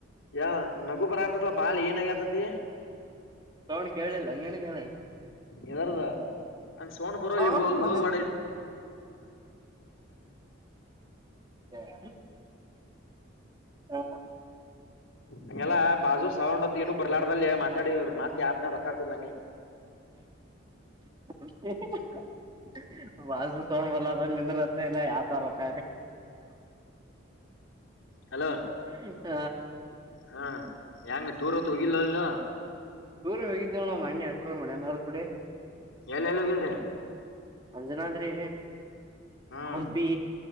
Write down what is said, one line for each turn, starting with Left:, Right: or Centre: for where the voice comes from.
Left: ಯ ನಗು ಬರಪ್ಪತ್ ಬಾಲ ಏನಗತತಿ
Right: ತೌಣ ಕೇಳಿಲ್ಲ ನನ್ಗಣ
Left: ಎದರದ ಹಂಗ ಸೌಂಡ್ ಬರೋ
Right: ಹೋಹೋ
Left: ಇಲ್ಲಿ ಹೋಗ್ ಹೋಗ್ಡ
Right: <unintelligible> ಹ
Left: ಹಗೆಲ್ಲಾ ಬಾಜು ಸವಂಡ್ತ್ ನು ಬರ್ಲಾಡ್ದಲ್ಲಿ ಮಾತಾಡವರು ಮತ್ತ ಆಪ್ನ್ ರೊಕ್ಕಾಕುದ್ ನಾನಿ
Right: <inaudible> ಬಸ್ು ಸೋೊಂಡ್ ಬಲ್ಲಾರಂದತ್ತ ಇಲ್ಲ ಯಾವತಾರಕ್ಕ
Left: ಹಲೋ
Right: ಹ್ಮ್ಮ್
Left: ಹಾ ಹೆಂಗ ಟೂರ್ ಹೊತ್ತು ಹೋಗಿಲ್ಲಲ್ಲ
Right: ೂರ ಹೋಗಿದ್ದೆವಣಮ್ಮ ಅಣ್ಣೆ ಎಟರೂ ಮನನಾದ ಕೂಡೆ
Left: ಎಲ್ಲ ಎಲ್ಲಿ ಹೋಗಿದ್ರೆ
Right: ಅಂಜನಾದ್ರಿ
Left: ಹ್ಮ್
Right: ಹಂಪಿ